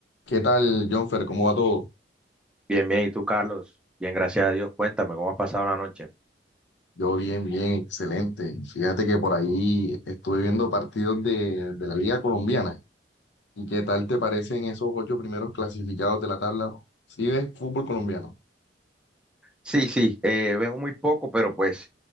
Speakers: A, on the left (about 80°); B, in the centre.
A: ¿Qué tal, Jonfer? ¿Cómo va todo?
B: Bien, bien. ¿Y tú, Carlos? Bien, gracias a Dios. Cuéntame, ¿cómo has pasado la noche?
A: Yo bien, bien, excelente. Fíjate que por ahí estuve viendo partidos de, de la Liga Colombiana. ¿Y qué tal te parecen esos ocho primeros clasificados de la tabla? ¿Sí ves fútbol colombiano?
B: Sí, sí, eh, veo muy poco, pero pues